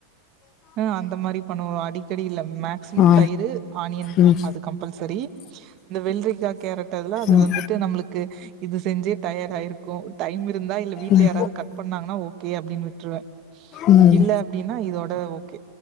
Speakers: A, on the right; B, on the left.
A: ஆ அந்த மாரி பண்ணுவோ அடி தெரில மேக்சிமம்
B: ஆ
A: தயிரு ஆனியன்
B: ம்
A: அது கம்பல்சரி இந்த வெல்ரிக்கா கேரட் டல்லா அது
B: ம்
A: வந்துட்டு நம்ளுக்கு இது செஞ்சே டயடாயிருக்கு டைம் இருந்தா இல்ல வீட்ல
B: ம்
A: யாராவது கட் பண்ணாங்னா ஓகே அப்டின் விட்ருவே
B: ம்
A: இல்ல அப்டின்னா இதோட ஓகே